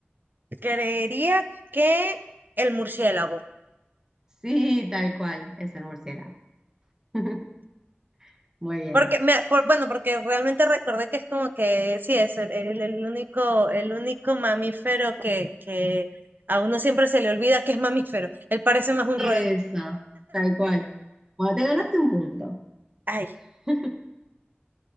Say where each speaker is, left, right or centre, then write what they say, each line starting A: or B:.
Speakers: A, on the right; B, on the right.
A: creería que el murciélago.
B: Sí, tal cual, es el murciélago. <laughs> Muy bien.
A: Porque me, por- bueno, porque realmente recordé que es como que sí, es el, el- el único, el único mamífero que, que a uno siempre se le olvida que es mamífero. Él parece más un
B: Eso,
A: roedor.
B: tal cual. Bueno, te ganaste un punto.
A: Ay,
B: <laughs>